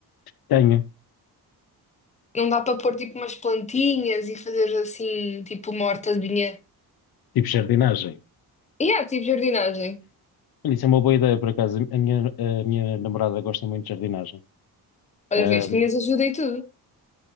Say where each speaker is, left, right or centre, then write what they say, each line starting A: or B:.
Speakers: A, on the left; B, on the left.
A: Tenho,
B: Não dá para pôr tipo umas plantinhas e fazer assim, tipo uma hortazinha.
A: tipo, jardinagem.
B: E há, tipo jardinagem.
A: Olha, Isso é uma boa ideia, por acaso. A minha, a minha namorada gosta muito de jardinagem.
B: Olha,
A: Ahm,
B: vês, tinhas ajuda e tudo.